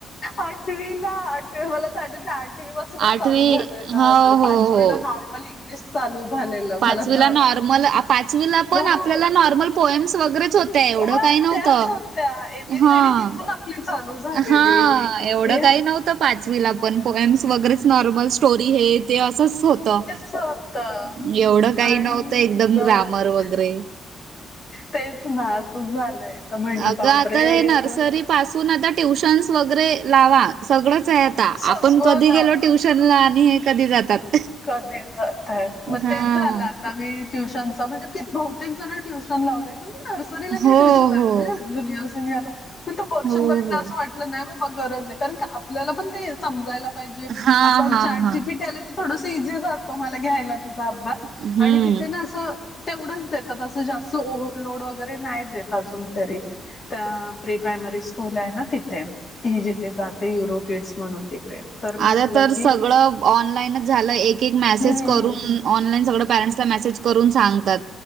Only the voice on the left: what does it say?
आठवी ला आठवी मला तर वाटत आहे आठवी पासून
चालू झाले ला
आतलं
पाचवीला
नॉर्मल इंग्लिश चालू झालेलं
मला तर
हो
हा
त्याच होत्या एबीसीडी
तिथून आपली चालू झालेली
हे,
स होतं
आणि
एकदमच
तेच ना असच झालंय तर म्हटलं
बापरे
हे
तर
सगळं
कधी जात आहेत मग
तेच झाला आम्ही ट्युशनचा म्हणजे ते बहुतेक जणं ट्युशन लावले म्हणले नर सरीला काय
टुश्यन लावयचे
ज्यूनिअर सिनियरला पण तो पोरशन
बघितला
की असं वाट लं नाही बाबा गरज आहे कारण की आपल्याला पण ते समजायला पाहिजे
आता
चाट
G P. टी. आलं तर थोडस इझी जातो मला घ्यायला तिचा अभ्यात
आणि तिथे ना असं तेवढंच देतात असं जास्त ओव्हरलोड वगैरे नाही देत अजून तरी तर प्री प्रायमरी स्कूल आहे ना तिथे. ही जिथे जाते युरोकिड्स म्हणून तिथे. तर म्हंटलं
की
हम्म